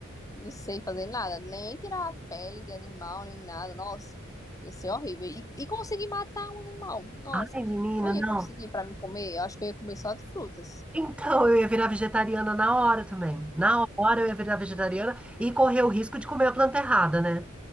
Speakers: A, on the left; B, in the centre.
A: Não sei fazer nada, nem tirar a pele de animal, nem nada. Nossa, ia ser horrível. E, e conseguir matar um animal. Nossa,
B: Ai, menina,
A: não ia
B: não.
A: conseguir para me comer. Eu acho que eu ia comer só de frutas.
B: Então, eu ia virar vegetariana na hora também. Na hora eu ia virar vegetariana e correr o risco de comer a planta errada, né?